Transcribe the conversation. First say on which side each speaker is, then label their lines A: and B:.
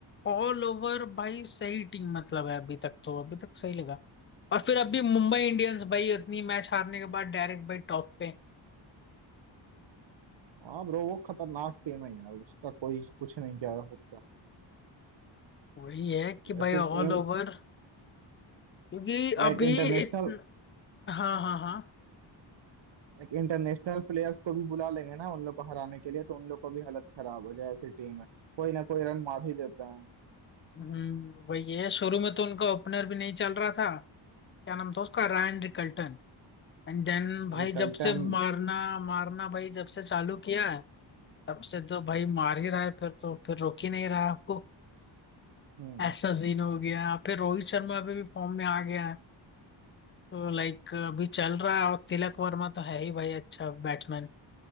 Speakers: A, on the left; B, on the right.
A: ऑल ओवर भाई सही टीम मतलब है अभी तक तो अभी तक सही लगा और फिर अभी मुंबई इंडियंस भाई इतनी मैच हारने के बाद डायरेक्ट भाई टॉप पे
B: हाँ ब्रो वो खतरनाक टीम है यार उसका कोई कुछ नहीं किया जा सकता
A: वही है कि
B: तो ऐसी
A: भाई ऑल
B: team
A: ओवर क्योंकि अभी
B: like international
A: इतना हाँ हाँ हाँ
B: like international players को भी बुला लेंगे ना उन लोग को हराने के लिए तो उन लोग को भी हालत खराब हो जाए ऐसी टीम है कोई ना कोई रन मार ही देता है
A: हम्म वही है शुरू में तो उनका ओपनर भी नहीं चल रहा था क्या नाम था उसका रायन रिकल्टन एंड देन भाई
B: रिकल्टन
A: जब से मारना मारना भाई जब से चालू किया है तब से तो भाई मार ही रहा है फिर तो फिर रोक ही नहीं रहा आपको
B: हम्म
A: ऐसा सीन हो गया फिर रोहित शर्मा अभी भी फॉर्म में आ गया है तो लाइक अभी चल रहा है और तिलक वर्मा तो है ही भाई अच्छा बैट्समैन